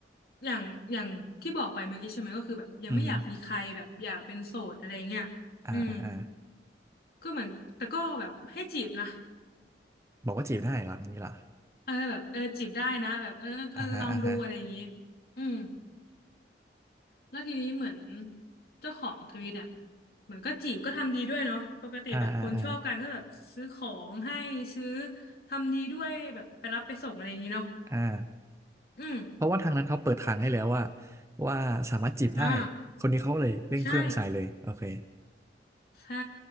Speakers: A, on the left (about 55°); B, on the right (about 15°).
A: อย่างอย่างที่บอกไปเมื่อกี้ใช่ไหมก็คือแบบยังไม่อยากมีใครแบบอยากเป็นโสดอะไรเงี้ยอืม
B: อือฮึอ่าอ่าอ่า
A: ก็เหมือนแต่ก็แบบให้จีบนะ
B: บอกว่าจีบได้เหรออย่างนี้เหรอ
A: เออแบบเออจีบได้นะแบบเออเออลองดูอะไรอย่างงี้
B: อ่าฮะอ่าฮะ
A: อืมแล้วทีนี้เหมือนเจ้าของทวิตเนี่ยเหมือนก็จีบก็ทำดีด้วยเนาะปกติแบบคนชอบกันก็แบบซื้อของให้ซื้อ
B: อ่าอ่าอ่า
A: ทำดีด้วยแบบไปรับไปส่งอะไรอย่างงี้เนาะ
B: อ่า
A: อืม
B: เพราะว่าทางนั้นเขาเปิดทางให้แล้วว่าว่าสามารถจีบได้
A: อ่า
B: คนนี้เขาเลยเร่งเครื่องใส่เลยโอเค
A: ใช่ใช่